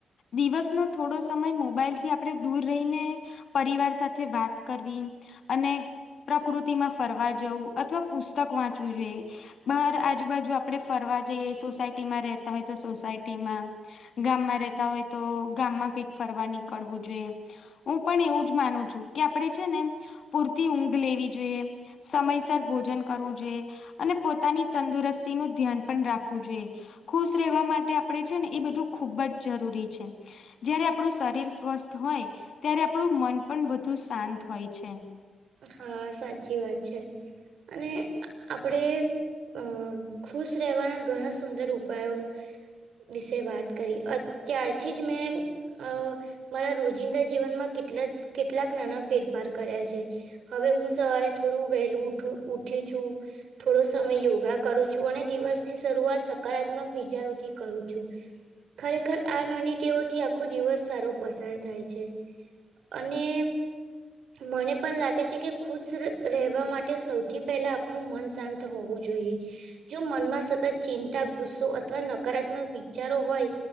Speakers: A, on the left; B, on the right.
A: દિવસનોો થોડો સમય મોબાઈલ થી આપણે દૂર રહીને પરિવાર સાથે વાત કરવી અને પ્રકૃતિમાં ફરવા જવું અથવા પ પુસ્તક વાંચવું જોઈએ બહાર આજુબાજુ આપડે ફરવા જઈએ સોસાયટીમાં રહેતા હોય તો સોસાયટીમાં ગામમાં રેતા હોય તો ગામમાં કઈક ફરવા નીકળવું જોઈએ હું પણ એવું જ માનું છું કે આપડે છે નેમ પૂરતી ઊંઘ લેવી જોઈએ સમયસર ભોજન કરવું જોઈ અને પોતાની તંદુરસ્તી નું ધ્યાન પણ રાખવું જોઈએ ખુશ રહેવા માટે આપણે છે ને એ બધું ખૂબ જ જરૂરી છે જય્યારે આપણું શરીર સ્વસ્થ હોય ત્યારે આપણું મન પણ વધુ શાંત હોય છે
B: હા સાચી વાત છે અને આપડે અ ખુશ રહેવાના ઘણા સુંદર ઉપાયો વિશે વાત કરી અત્યારથી જ મેં અ મારા રોજિંદા જીવનમાં કેટલા કેટલાક નાના ફેરફાર કર્યા છે હવે હું સવારે થોડું વહેલું ઉઠું ઉઠી છું થોડો સમય યોગા કરું છું અને દિવસની શરૂઆત સકારાત્મક વિચારોથી કરું છું ખરેખર આ નાની તેઓથી આખો દિવસ સારો પસાર થાય છે અને મને પણ લાગે છે કે ખુશ રહેવા માટે સૌથી પહેલા આપણું મન શાંત હોવું જોઈએ જો મનમાં સતત ચિંતા ગુસ્સો અથવા નકારાત્મક વિચારો હોય